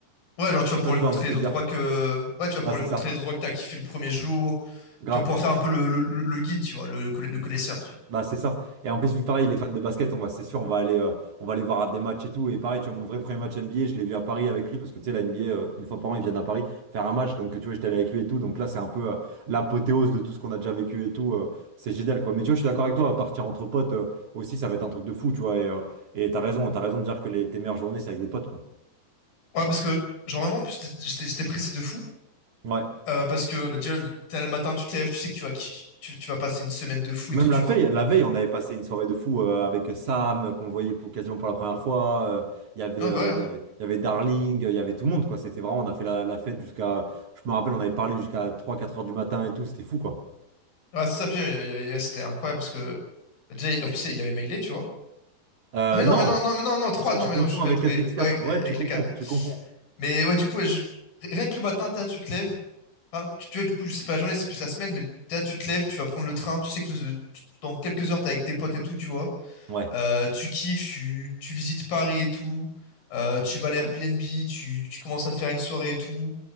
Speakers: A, on the left; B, on the right.
A: Ouais, genre, tu vas
B: Je sais
A: pouvoir
B: pas si
A: lui
B: tu vois
A: montrer
B: un peu ce que
A: les
B: je
A: endroits
B: veux dire.
A: que, ouais, tu vas
B: Ouais,
A: pouvoir
B: c'est
A: lui
B: ça.
A: montrer les endroits que t'as kiffé le premier jour.
B: Grave.
A: Tu vas pouvoir faire un peu le, le, le- le guide, tu vois, le, le conna- le connaisseur, tu vois.
B: Bah c'est ça. Et en plus, vu pareil, les fans de basket, on va, c'est sûr, on va aller, euh, on va aller voir à des matchs et tout. Et pareil, tu vois, mon vrai premier match NBA, je l'ai vu à Paris avec lui parce que tu sais, la NBA, euh, une fois par an, ils viennent à Paris faire un match. Donc tu vois, j'étais allé avec lui et tout. Donc là, c'est un peu euh, l'apothéose de tout ce qu'on a déjà vécu et tout. euh, c'est génial, quoi. Mais tu vois, je suis d'accord avec toi, partir entre potes euh, aussi, ça va être un truc de fou, tu vois. Et, euh, et t'as raison, t'as raison de dire que les, tes meilleures journées, c'est avec des potes, quoi.
A: Ouais, parce que, genre vraiment, en plus, j'étais j'étais pressé de fou.
B: Ouais.
A: Euh, parce que, bah, déjà, le t'as le matin, tu te lèves, tu sais que tu vas, qui- tu, tu vas passer une semaine de fou et
B: Même
A: tout, tu
B: la veille,
A: vois.
B: la veille, on avait passé une soirée de fou euh, avec Sam, euh, qu'on voyait pour, quasiment pour la première fois. euh, Il y avait,
A: Ah,
B: euh,
A: bah ouais. hein.
B: il y avait, il y avait Darling, euh, il y avait tout le monde, quoi. C'était vraiment, on a fait la, la fête jusqu'à. Je me rappelle, on avait parlé jusqu'à trois, quatre heures du matin et tout, c'était fou, quoi.
A: Ouais, c'est ça, puis, euh, il y avait, ouais, c'était incroyable parce que, bah, déjà, en plus, il y avait Mailé, tu vois.
B: Euh,
A: Ah, mais non,
B: non!
A: mais non, non, mais non, non, trois,
B: Ça,
A: non,
B: tu
A: mais
B: confonds
A: non, je suis
B: avec
A: bête. Oui,
B: ACX4.
A: ouais, avec
B: Ouais, tu confonds,
A: les quatre ouais.
B: tu confonds.
A: Mais ouais, du coup, ouais, je- rien que le matin, t'as, tu te lèves. Enfin, tu, tu vois, du coup, je sais pas la journée, c'est plus la semaine, mais t'as, tu te lèves, tu vas prendre le train, tu sais que le- tu- dans quelques heures, t'es avec tes potes et tout, tu vois.
B: Ouais,
A: Euh, tu kiffes, tu, tu visites Paris et tout, Euh, tu vas à l'Airbnb, tu, tu commences à faire une soirée et tout.